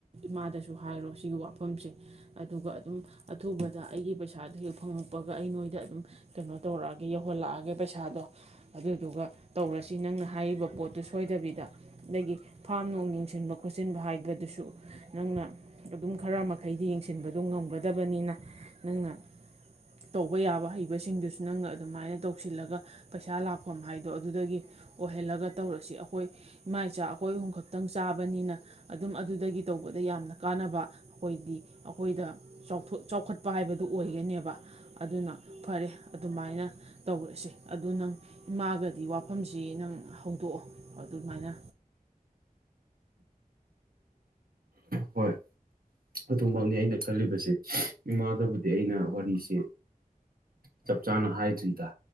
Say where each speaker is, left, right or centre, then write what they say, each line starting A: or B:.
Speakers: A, on the right; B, on the right.
A: ꯏꯃꯥꯗꯁꯨ ꯍꯥꯏꯔꯣ ꯁꯤꯒꯤ ꯋꯥꯐꯝꯁꯦ꯫ ꯑꯗꯨꯒ ꯑꯗꯨꯝ ꯑꯊꯨꯕ ꯑꯩꯒꯤ ꯄꯩꯁꯥꯗꯨꯣ ꯍꯦꯛ ꯐꯪꯉꯛꯄꯒ ꯑꯩ ꯅꯣꯏꯗ ꯑꯗꯨꯝ ꯀꯩꯅꯣ ꯇꯧꯔꯛꯑꯒꯦ ꯌꯧꯍꯜꯂꯛꯑꯒꯦ ꯄꯩꯁꯥꯗꯣ ꯑꯗꯨꯗꯨꯒ ꯇꯧꯔꯁꯤ ꯅꯪꯅ ꯍꯥꯏꯔꯤꯕ ꯄꯣꯠꯇꯨ ꯁꯣꯏꯗꯕꯤꯗ ꯑꯗꯒꯤ ꯐꯥꯝ ꯌꯦꯡꯁꯤꯟꯕ ꯈꯣꯠꯆꯤꯟꯕ ꯍꯥꯏꯕꯗꯨꯁꯨ ꯅꯪꯅ ꯑꯗꯨꯝ ꯈꯔ ꯃꯈꯩꯗꯤ ꯌꯦꯡꯁꯤꯟꯕꯗꯣ ꯉꯝꯒꯗꯕꯅꯤꯅ ꯅꯪꯅ ꯇꯧꯕ ꯌꯥꯕ ꯍꯩꯕꯁꯤꯡꯗꯨꯁꯨ ꯅꯪꯅ ꯑꯗꯨꯃꯥꯏꯅ ꯇꯧꯁꯤꯜꯂꯒ ꯄꯩꯁꯥ ꯂꯥꯛꯐꯝ ꯍꯥꯏꯗꯣ ꯑꯗꯨꯗꯒꯤ ꯑꯣꯏꯍꯜꯂꯒ ꯇꯧꯔꯁꯤ ꯑꯩꯈꯣꯏ ꯏꯃꯥ - ꯏꯆꯥ ꯑꯩꯈꯣꯏ ꯑꯍꯨꯝ ꯈꯛꯇꯪ ꯆꯥꯕꯅꯤꯅ ꯑꯗꯨꯝ ꯑꯗꯨꯗꯒꯤ ꯇꯧꯕꯗ ꯌꯥꯝꯅ ꯀꯥꯟꯅꯕ ꯑꯩꯈꯣꯏꯗꯤ ꯑꯩꯈꯣꯏꯗ ꯆꯥꯎꯊꯣꯛ ꯆꯥꯎꯈꯠꯄ ꯍꯥꯏꯕꯗꯨ ꯑꯣꯏꯒꯅꯦꯕ ꯑꯗꯨꯅ ꯐꯔꯦ ꯑꯗꯨꯃꯥꯏꯅ ꯇꯧꯔꯁꯦ ꯑꯗꯨ ꯅꯪ ꯏꯃꯥꯒꯗꯤ ꯋꯥꯐꯝꯁꯤ ꯅꯪ ꯍꯧꯗꯣꯛꯑꯣ ꯑꯗꯨꯃꯥꯏꯅ꯫
B: ꯍꯣꯏ꯫ ꯑꯗꯨꯃꯛꯅꯤ ꯑꯩꯅ ꯈꯜꯂꯤꯕꯁꯦ ꯏꯃꯥꯗꯕꯨꯗꯤ ꯑꯩꯅ ꯋꯥꯔꯤꯁꯤ ꯆꯞ ꯆꯥꯅ ꯍꯥꯏꯗ꯭ꯔꯤ ꯗ